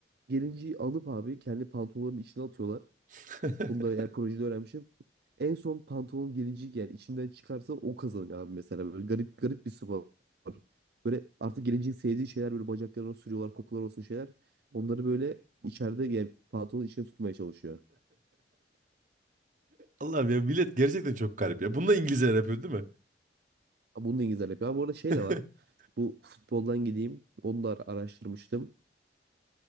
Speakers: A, on the right; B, on the right.
A: gelinciyi alıp abi kendi pantolonların içine atıyorlar.
B: <laughs>
A: Bunu da yani projede öğrenmişim. En son pantolon gelinciyi yani içinden çıkarsa o kazanıyor abi mesela. Böyle garip garip bir spor. Böyle artık gelinciğin sevdiği şeyler böyle bacaklarına sürüyorlar kokular olsun şeyler. Onları böyle içeride yani pantolonun içine tutmaya çalışıyor.
B: Allah'ım ya millet gerçekten çok garip ya. Bunu da İngilizler yapıyor değil mi?
A: Ha, Bunu da İngilizler yapıyor. Abi bu arada şey de var.
B: <laughs>
A: Bu futboldan gideyim. Onu da araştırmıştım.